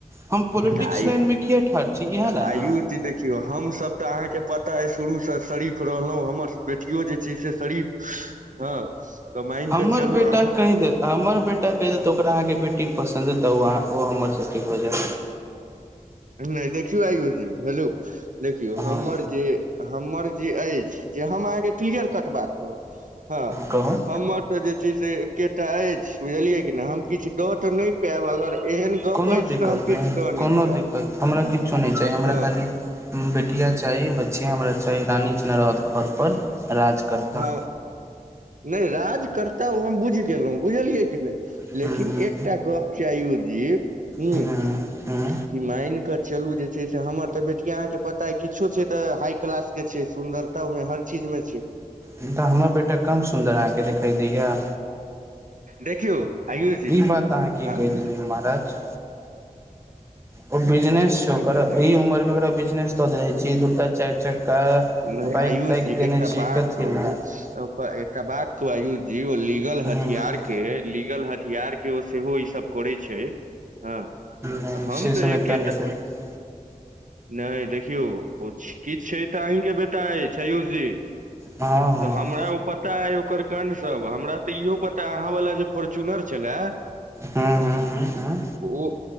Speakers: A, on the right; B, on the right.
A: हम पोलिटिक्स
B: तऽ आइ
A: लाइनमे किए ठाढ़ छी इहे ले
B: आ यू
A: ने!
B: चीज देखियौ हमसभ तऽ अहाँके पता अइ शुरूसँ शरीफ रहलौं हमर बेटियो जे छै से शरीफ! हँ तऽ मान
A: हमर
B: कऽ चलू
A: बेटा
B: अहाँ
A: कहि देत हमर बेटा कहि दे तऽ ओकरा अहाँकेँ बेटी पसन्द ह तऽ ओ हमर सबके भो जाएत
B: नहि देखौ आई यो इ हेलो देखियो हमर
A: हँ
B: जैय हमर जैय अछि जे हम अहाँके क्लियर कट बात कहब हँ
A: कहूऽ
B: हमर त जे छै से एकेटा अछि बुझलिये कि ने हम किछ द त नैय पायब अगर एहन गप
A: कोनो
B: अछि
A: दिक्कत
B: तऽ हम
A: नैय
B: किछु दऽ
A: कोनो
B: नहि पायब
A: दिक्कत हमरा किछु नैय चाही हमरा
B: हँ
A: खाली बेटिया चाही बच छैय हमरा चाही रानी जैना रहत घर पर राज कारता
B: हँ नहि राजकर्ता ओ हम बुझि गेलहुँ बुझलियै कि नहि!
A: हूँ
B: लेकिन एकटा गप छैय आयुषजी हुम
A: हूँ हूँ
B: कि मान कऽ चलू जे छै से हमर तऽ बेटिया अहाँके पता किछो छै य तऽ हाई क्लास के छै य सुन्दर, ताऊ मैं हर चीज मे छै य
A: तऽ हमर बेटा कम सुन्दर अहाँके देखाई दैया
B: देखौ? आयुष जी
A: ई
B: ह्ऽ
A: बात अहाँ की कहि देलियै
B: हऽ
A: महाराज ओ बिजनेस छैय ओकर
B: नहि
A: यही
B: लगे
A: उमर में ओरा बिजनेस दऽ देे ने छी दूटा चारि चक्का,
B: नैयआयुष
A: बाइक ताइक
B: जी
A: देने
B: एकटा
A: छी
B: बात
A: कथी
B: कहूऽ
A: लए
B: एकटा बात कहू आयूष जी ओ लीगल हथियार
A: हूं
B: के लीगल हथियार के ओ सेहो ई सब? कोरैछै हँ
A: नहि
B: हम
A: से
B: तऽ
A: सब
B: एकेटा,
A: एतऽ नहि करू
B: नैय देखियौ ओ किछ छैय तऽअहीं के बेटा अइछ आयुष जी
A: हँ हँ
B: तऽ हमरा? पता अइ ओकर काण्ड सब हमरा तऽ इहो पता अहाँ वला जे फोर्च्युनर छलाह
A: हहह हाऽ
B: ओऽ